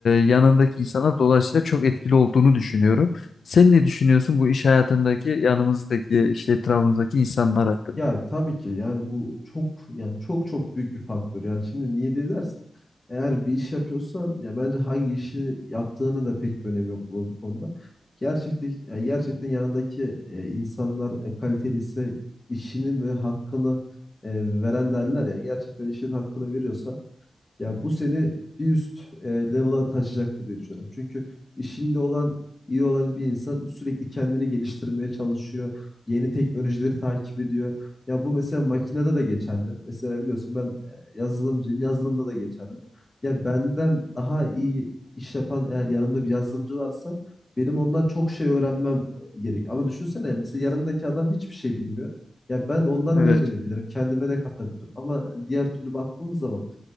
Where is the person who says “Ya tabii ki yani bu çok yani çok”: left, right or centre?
Left